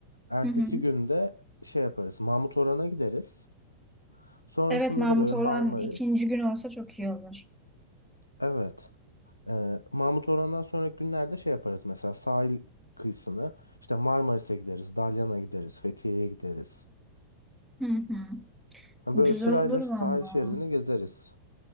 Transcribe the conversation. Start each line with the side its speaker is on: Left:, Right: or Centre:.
Left: Ertesi
Centre: Hı hı.
Left: günde şey yaparız. Mahmut Orhan'a gideriz. Sonrasında
Centre: Evet Mahmut
Left: da böyle Marmaris.
Centre: Orhan ikinci gün olsa çok iyi olur.
Left: Evet. Ee, Mahmut Orhan'dan sonraki günlerde şey yaparız mesela sahil kıyısını. İşte Marmaris'e gideriz, Dalyan'a gideriz, Fethiye'ye gideriz.
Centre: Hı hı.
Left: Ha,
Centre: Güzel
Left: Böyle sırayla
Centre: olur
Left: sahil
Centre: valla.
Left: şeridini gezeriz.